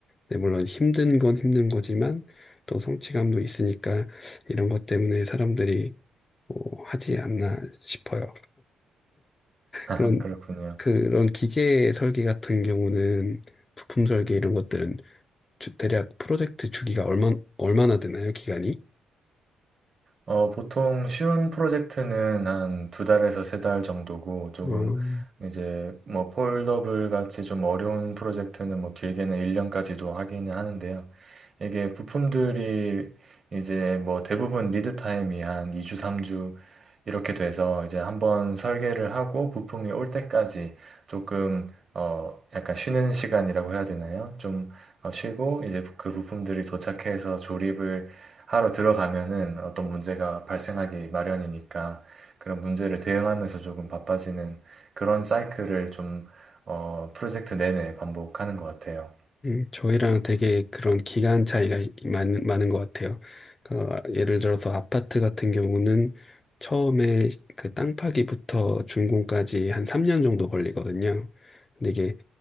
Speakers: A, on the left; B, on the right.
A: 네, 물론 힘든 건 힘든 거지만 또 성취감도 있으니까 이런 것 때문에 사람들이 뭐 하지 않나 싶어요.
B: <laughs>
A: 그런
B: 그렇군요.
A: 그런 기계 설계 같은 경우는 부품 설계 이런 것들은 주- 대략 프로젝트 주기가 얼마 얼마나 되나요? 기간이?
B: 어, 보통 쉬운 프로젝트는 한 두 달에서 세 달 정도고, 조금
A: 어,
B: 이제 뭐 폴더블 같이 좀 어려운 프로젝트는 뭐 길게는 1년까지도 하기는 하는데요. 이게 부품들이 이제 뭐 대부분 리드 타임이 한 2주, 3주 이렇게 돼서 이제 한번 설계를 하고 부품이 올 때까지 조금 어, 약간 쉬는 시간이라고 해야 되나요? 좀 어, 쉬고 이제 그 부품들이 도착해서 조립을 하러 들어가면은 어떤 문제가 발생하기 마련이니까 그런 문제를 대응하면서 조금 바빠지는 그런 사이클을 좀, 어, 프로젝트 내내 반복하는 것 같아요.
A: 음, 저희랑 되게 그런 기간 차이가 이- 많, 많은 것 같아요. 그러니까 예를 들어서 아파트 같은 경우는 처음에 그 땅 파기부터 준공까지 한 3년 정도 걸리거든요. 근데 이게